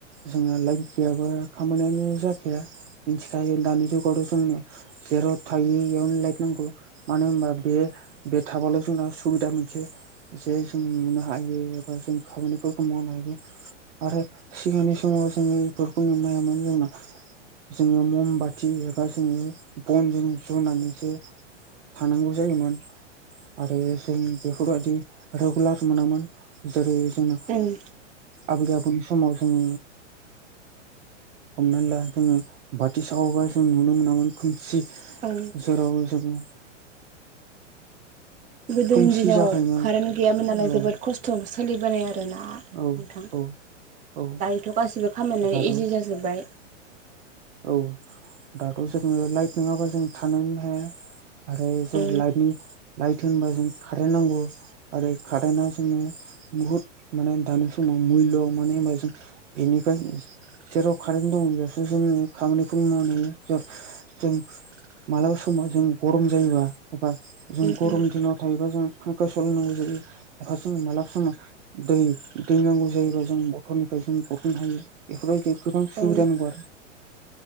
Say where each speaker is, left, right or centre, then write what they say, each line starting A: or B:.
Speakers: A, on the right; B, on the right.
A: जोंना लाइट गैयाबा खामानिया। नो जाखाया मिथिखायो दानि जुगावथ' जोंनो जेराव थायो बेयावनो लाइट नांगौ। मानो होनबा बे बे थाबाल' जोंनाव सुबिदा मोनसे। जेराव नुनो हायो बा खाबानिफोरखौ मावनो हायो। आरो सिगांनि समाव जोङो बेफोरखौ नुनो हायामोन जोंना जोङो मम बाथि एबा जोङो बनजों जनानैसो। थानांगौ जायोमोन। आरो जों बेफोरबायदि रेगुलार मोनामोन जेरै जों
B: ओं।
A: आबै आबौनि समाव जों हमनानै ला जोङो बाथि सावाबा जों नुनो मोनामोन खोमसि।
B: औ।
A: जेराव जों
B: गोदोनि
A: खोमसि
B: दिनाव
A: जाखायोमोन
B: कारेन्ट गैयामोन नालाय
A: औ
B: जोबोद खस्थ' सोलिबोनाय आरोना। नोंथां
A: औ औ औ
B: दायोथ' गासिबो खामानिया
A: दाथ'
B: इजि जाजोब्बाय।
A: औ दाथ' जोङो लाइट नङाबा जों थानोनो हाया। आरो जों
B: औ
A: लाइटनि लाइट होनबा जों कारेन्ट नांगौ। आरो खादाना जोंनि बुहुत माने दानि समाव मुल्य मानो होनबा जों बेनिफ्राय जेराव कारेन्ट दं बेयावसो जोङो। खामानिखौ मावनो हायो ज जों <inaudible> मालाबा समाव जों गरम जायोबा एबा जों
B: उम
A: गरम
B: उम
A: दिनाव थायोबा जों फांखा सलायनांगौ जायो एफा जों मालाबा समाव दै दै नांगौ जायोब्ला जों बथलनिफ्राय जों बथ'नो हायो। बेफोरबायदि गोबां
B: औ
A: सुबिदा नांगौ आरो